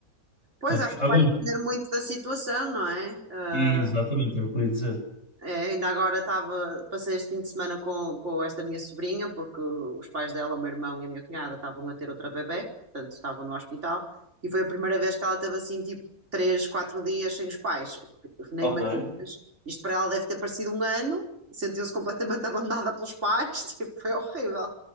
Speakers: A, on the right (about 50°); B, on the left (about 55°).
A: Pois,
B: Percebes?
A: acho que
B: Agora,
A: vai depender muito da situação, não é? Ah,
B: exatamente, era o que eu ia dizer.
A: é, ainda agora estava, passei este fim de semana com, com esta minha sobrinha, porque os pais dela, o meu irmão e a minha cunhada, estavam a ter outra bebé, portanto estavam no hospital, e foi a primeira vez que ela teve assim, tipo, três, quatro dias sem os pais, o que nem
B: Ok,
A: imaginas.
B: é
A: Isto para ela deve ter parecido um ano, sentiu-se completamente <laughs> abandonada pelos pais, <laughs> tipo, foi horrível.